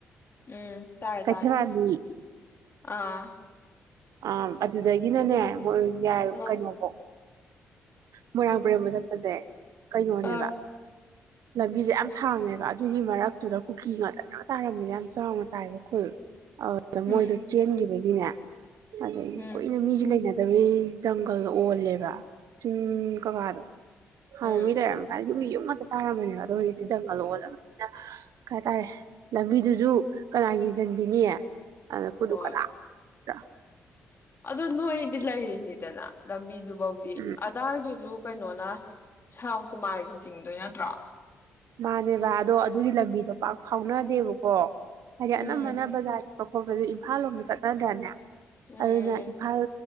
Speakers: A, on the left (about 40°); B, on the right (about 70°).
A: ꯎꯝ ꯇꯥꯔꯦ
B: ꯀꯩꯆꯅꯥꯔꯃꯤ
A: ꯇꯥꯔꯦ ꯑꯥ
B: ꯑꯝ ꯑꯗꯨꯗꯒꯤ ꯅꯅꯦ ꯀꯣꯏꯔꯨꯖ ꯌꯥꯔ
A: ꯑꯣ
B: ꯀꯩꯅꯣꯕꯣꯛ ꯃꯣꯏꯔꯥꯡ ꯕꯔꯦꯃꯥ ꯆꯠꯄꯖꯦ ꯀꯩꯅꯣꯅꯦꯕ
A: ꯑ
B: ꯂꯝꯕꯤꯖꯦ ꯌꯥꯝ ꯁꯥꯡꯉꯦꯕ ꯑꯗꯨꯒꯤ ꯃꯔꯛꯇꯨꯗ ꯀꯨꯀꯤ ꯉꯥꯛꯇ ꯌꯥꯝ ꯇꯥꯔꯝꯃꯤꯅ ꯌꯥꯝ ꯆꯥꯎꯅ ꯇꯥꯏꯕ ꯈꯨꯜ ꯑꯧꯗ
A: ꯎꯝ
B: ꯃꯣꯏꯗꯣ ꯆꯦꯟꯒꯤꯕꯒꯤꯅꯦ ꯑꯗꯒꯤ
A: ꯎꯝ
B: ꯀꯨꯏꯅ ꯃꯤꯖꯨ ꯂꯩꯅꯗ ꯗꯋꯦ ꯖꯪꯒꯜ ꯑꯣꯜꯂꯦꯕ ꯎꯝ ꯀꯀꯥꯗꯥ ꯍꯥꯅ
A: ꯎꯝ
B: ꯃꯤ ꯂꯩꯔꯝ ꯗꯥꯏ ꯌꯨꯝꯒꯤ ꯌꯨꯝ ꯑꯃꯠꯇ ꯇꯥꯔꯝꯃꯅꯦꯕ ꯑꯗꯣ ꯍꯧꯖꯤꯛꯇꯤ ꯖꯪꯒꯜ ꯑꯣꯜꯂꯕꯅꯤꯅ ꯀꯩꯍꯇꯥꯔꯦ ꯂꯝꯕꯤꯗꯨꯖꯨ ꯀꯅꯥꯟ ꯌꯦꯡꯖꯤꯟꯕꯤꯅꯤ ꯑꯅ ꯀꯨꯗꯨ
A: ꯍꯣꯏ
B: ꯀꯗꯥꯛ ꯇꯥ
A: ꯑꯗꯣ ꯅꯣꯏꯗꯤ ꯂꯩꯔꯤꯅꯤꯗꯅ ꯂꯝꯕꯤꯗꯨ ꯕꯧꯗꯤ
B: ꯎꯝ
A: ꯑꯗꯥꯔ ꯗꯖꯨ ꯀꯩꯅꯣꯅ ꯁꯥꯝꯀꯨꯃꯥꯔꯒꯤ ꯆꯤꯡꯗꯣꯏ ꯅꯠꯇ꯭ꯔꯣ
B: ꯃꯥꯅꯦꯕ ꯑꯗꯣ ꯑꯗꯨꯒꯤ ꯂꯝꯕꯤꯗꯣ ꯄꯥꯛ ꯐꯥꯎꯅꯗꯦꯕꯀꯣ ꯍꯔꯤ ꯑꯅꯝꯕꯅ
A: ꯎꯝ
B: ꯕꯖꯥꯔ ꯑꯣꯀꯣꯕꯦꯂꯤ ꯏꯝꯐꯥꯜ ꯂꯣꯝꯗ ꯆꯠꯅꯗ꯭ꯔꯅꯦ
A: ꯎꯝ ꯎꯝ
B: ꯑꯗꯨꯅ
A: ꯎꯝ
B: ꯏꯐꯜ